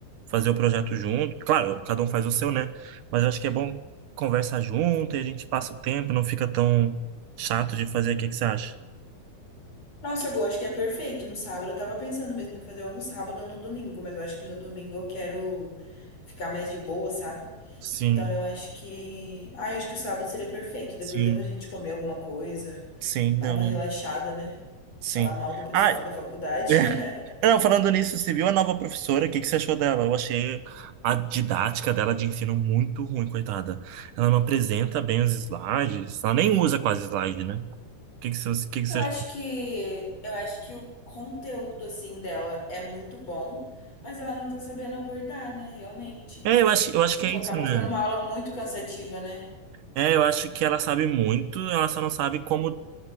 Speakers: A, on the right; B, on the left.
A: fazer o projeto junto. Claro, cada um faz o seu, né? Mas eu acho que é bom conversar junto e a gente passa o tempo, não fica tão chato de fazer. O que que você acha?
B: Nossa, Gu, acho que é perfeito. No sábado, eu tava pensando mesmo em fazer ou no sábado ou no domingo, mas eu acho que no domingo eu quero ficar mais de boa, sabe?
A: Sim,
B: Então, eu acho que. ah, eu acho que o sábado seria perfeito. Depois
A: sim,
B: dá pra gente comer alguma coisa,
A: sim, não,
B: dar uma relaxada, né?
A: sim.
B: Falar mal do pessoal
A: Ah,
B: da faculdade.
A: é.
B: <laughs>
A: Não, falando nisso, você viu a nova professora? O que que você achou dela? Eu achei a didática dela de ensino muito ruim, coitada. Ela não apresenta bem os slides, ela nem usa quase slide, né? O que que você, o que que
B: Eu
A: você
B: acho
A: achou?
B: que. Eu acho que o conteúdo, assim, dela é muito bom, mas ela não tá sabendo abordar, né? Realmente.
A: É, eu acho, eu acho
B: Tipo,
A: que é
B: acaba
A: isso, né?
B: ficando uma aula muito cansativa, né?
A: É, eu acho que ela sabe muito, ela só não sabe como,